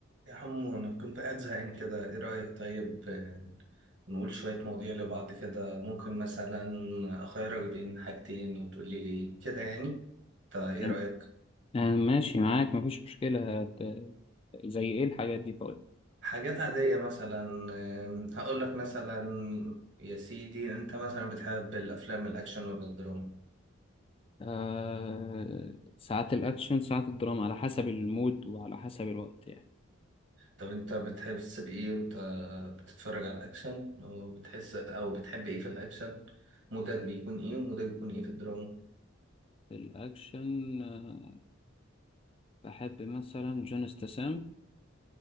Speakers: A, on the right; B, on the left.
A: يا حمو أنا كنت قاعد زهقان كده إيه رأيك طيب آه، نقول شوية مواضيع لبعض كده ممكن مثلا أخيرك بين حاجتين وتقولي لي كده يعني طيب إيه
B: تمام.
A: رأيك
B: آه ماشي معاك مفيش مشكلة هت... زي ايه الحاجات دي طيب
A: حاجات عادية مثلا آم، هقول لك مثلا يا سيدي أنت مثلا بتحب الأفلام الأكشن ولا الدراما
B: آه ساعات الاكشن ساعات الدراما على حسب المود وعلى حسب الوقت يعني
A: طب أنت بتحس بإيه وأنت بتتفرج على الأكشن وبتحس أو بتحب إيه في الأكشن مودك بيكون إيه ومودك بيكون إيه في الدراما
B: الاكشن آه بحب مثلا جون استسام